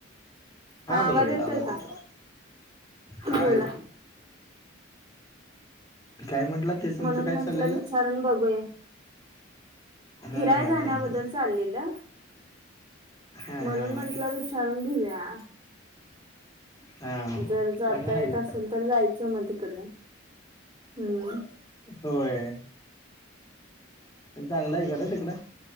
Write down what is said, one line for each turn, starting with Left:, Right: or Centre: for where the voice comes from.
Right: हा आवाज
Left: बोला
Right: येतोय
Left: बोला
Right: का?
Left: येतो हा
Right: बोला.
Left: काय म्हंटलं तेच तुमचं
Right: म्हणून
Left: काय
Right: म्हंटलं
Left: चाललेलं
Right: विचारून बघूया.
Left: हम्म
Right: फिराय
Left: हम्म
Right: जाण्याबद्दल
Left: हम्म हम्म
Right: चाललेलं,
Left: हा
Right: म्हणून
Left: हा
Right: म्हंटलं विचारू रून घेऊया.
Left: हा
Right: जर जाता
Left: चांगला
Right: येत
Left: आहे
Right: असेल
Left: तिथं
Right: तर, जायचं मग तिकडंन‌ हम्म.
Left: होय. चांगलं हाय खरं तिकडं.